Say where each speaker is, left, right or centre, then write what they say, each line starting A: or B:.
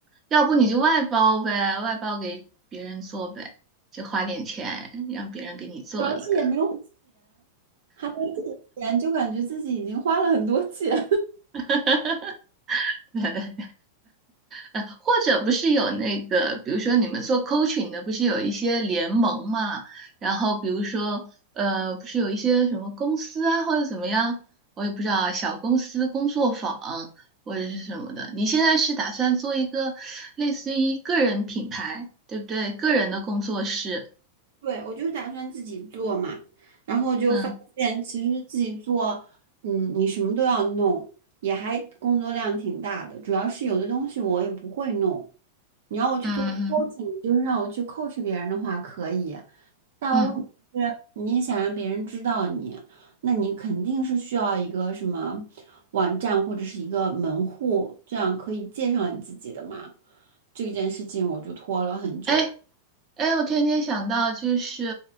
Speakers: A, on the right; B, on the right.
A: 要不你就外包呗，外包给别人做呗，就花点钱让别人给你做一个。
B: 而且也没有还没几钱，就感觉自己已经花了很多钱，
A: <laughs> <laughs> 呵呃，或者不是有那个，比如说你们做 coaching 的，不是有一些联盟嘛？然后比如说，呃，不是有一些什么公司啊，或者怎么样，我也不知道啊小公司工作坊或者是什么的。你现在是打算做一个类似于个人品牌，对不对？个人的工作室，
B: 对，我就是打算自己做嘛，然后就发现其实自己做，
A: 嗯
B: 嗯，你什么都要弄，也还工作量挺大的。主要是有的东西我也不会弄，你要我去做
A: 嗯
B: coaching，就是让我去 coach 别人的话可以，但问题是你也想让别人知道你，
A: 嗯嗯，
B: 那你肯定是需要一个什么网站或者是一个门户，这样可以介绍你自己的嘛。这件事情我就拖了很久。
A: 哎，哎，我天天想到，就是，